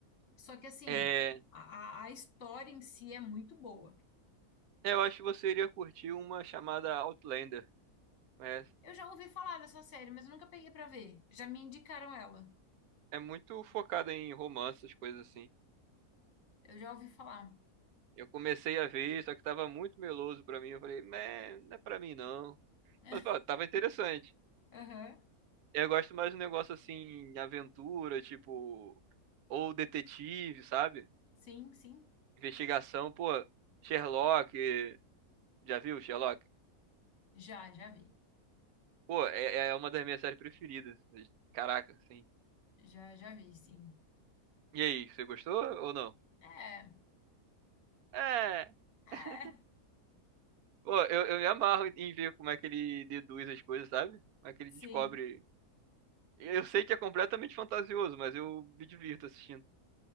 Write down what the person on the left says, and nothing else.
só que assim,
a, a a história em si é muito boa.
Eu já ouvi falar dessa série, mas eu nunca peguei pra ver. Já me indicaram ela.
Eu já ouvi falar.
<laughs>
Aham.
Sim, sim.
Já, já vi.
Já, já vi, sim.
É,
é.
Sim.